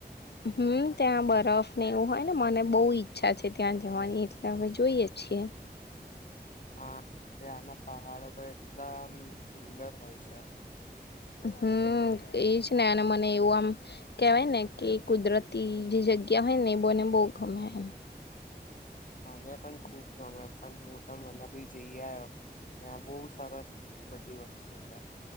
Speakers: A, on the left; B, on the left.
A: હમ્મ ત્યા બરફ ને એવું હોય ને મને બહુ ઈચ્છા છે, ત્યાં જવાની એટલે અમે જોઈએ છીએ.
B: હા, ત્યાંના પહાડો તો એકદમ સુંદર હોય છે.
A: હમ્મ એજ ને અને મને એવું આમ કેવાય ને કે કુદરતી. જગયા હોયને બને બૌ ઘમ એમ.
B: મને પણ ખુબ ગમે પણ હું તો મને ભી જઈ આ્યો. ત્યાં બહુ સારા બધી વસ્તુ છે.